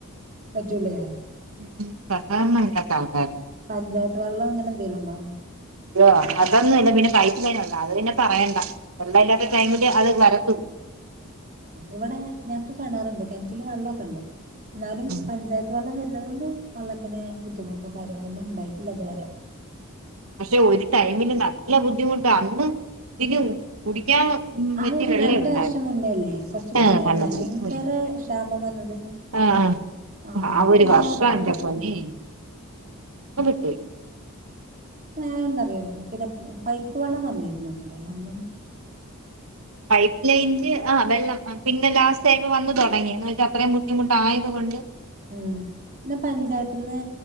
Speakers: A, on the right; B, on the right.
A: പറ്റൂല്ല ഞാന്
B: ഉം ഉം സഹകരണമില്ലാത്ത ആൾക്കാര്
A: പഞ്ചായത്ത് വള്ളം അങ്ങനെന്തെലും ഉണ്ടോ?
B: ഓഹ് അതൊന്നും ഇല്ല. പിന്നെ പൈപ്പ് ലൈനോണ്ട് അതുപിന്നെ പറയണ്ട. വെള്ളമില്ലാത്ത ടൈമില് അത് വരത്തു
A: ഇവടെ ഞങ്ങക്ക് കെണറുണ്ട് കിണറ്റില് വെള്ളമൊക്കെ ഉണ്ട് എന്നാലും
B: ഉം
A: പഞ്ചായത്ത് വെള്ളം വരുന്നുന്നത്കൊണ്ട് വെള്ളത്തിന് ബുദ്ധിമുട്ടും കാര്യങ്ങളൊന്നും ഉണ്ടായിട്ടില്ല ഇതുവരെ.
B: പക്ഷേ ഒരു ടൈമില് നല്ല ബുദ്ധിമുട്ടാ അന്ന് ഇതിന് കുടിക്കാൻ
A: അത്
B: പറ്റിയ
A: ഒരു
B: വെള്ളമേയുള്ളാരുന്നു
A: രണ്ട് വർഷം മുന്നേ അല്ലേ കുറച്ച്
B: ആ <unintelligible>
A: മുന്നേ ഭയങ്കര ക്ഷാമം വന്നത്
B: ആഹ
A: ആഹ്
B: അഹ ആ
A: അതെല്ലായിടത്തും
B: ഒരു വർഷം എന്റെ
A: ഉണ്ടായിക്കോളും
B: പൊന്നെ <unintelligible>
A: ഞാന ഒന്നറിയാം പിന്നെ പൈപ്പ് വെള്ളം വന്നിരുന്നു കേട്ടില്ലേ അന്ന്
B: പൈപ്പ് ലൈനില് ആ വെള്ളം പിന്നെ ലാസ്റ്റ് ടൈം വന്നു തുടങ്ങി എന്ന് വച്ചാ അത്രയും ബുദ്ധിമുട്ട് ആയതുകൊണ്ട്
A: ഉം പിന്നെ പഞ്ചായത്തിന്ന്